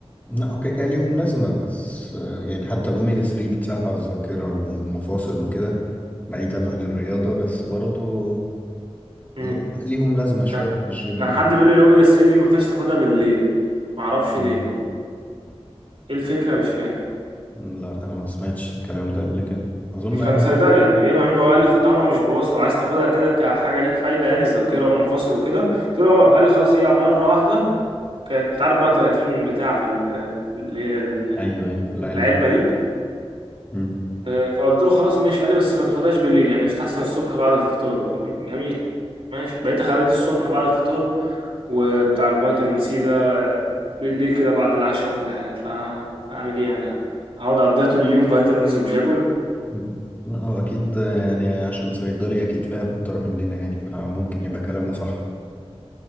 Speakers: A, on the left; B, on the right.
A: لا اوكي كده ليهم لازمة بس آه، يعني حتى الأوميجا 3 بتساعد على الذاكرة والمفاصل وكده بعيدا عن الرياضة بس برضو
B: امم
A: اللي هو ليهم لازمة شوية
B: كان
A: في الجيم
B: كان
A: يعني.
B: حد بيقول لي الاوميجا 3 دي ما ينفعش تاخدها بالليل ما اعرفش
A: لا
B: ليه ايه الفكره مش فاهم
A: لا انا ما سمعتش الكلام ده قبل كده اظن عادي
B: كان صيدلي انا جايبها منه وقال لي ختامها مش بوصفه عايز تاخدها كده كحاجه ليك فايده يعني ذاكره ومفاصل وكده قلت له اه قال لي خلاص هي مره واحده كانت انت عارف بقى 30 بتاع في ال- في اللي هي ال-
A: ايوه ايوه في العلبة
B: العلبه دي
A: مم.
B: آه، فقلت له خلاص ماشي قال لي بس ما تاخدهاش بالليل يعني يستحسن الصبح بعد الفطور قلت له جميل ماشي بقيت اخلي دي الصبح بعد الفطور وبتاع الفيتامين سي ده بالليل كده بعد العشاء ولا حاجه فهعمل ايه يعني هقعد اقضيها طول اليوم فيتامينز ومش هاكل
A: مم. لا، هو اكيد يعني عشان صيدلي اكيد فاهم اكتر مننا يعني فممكن يبقى كلامه صح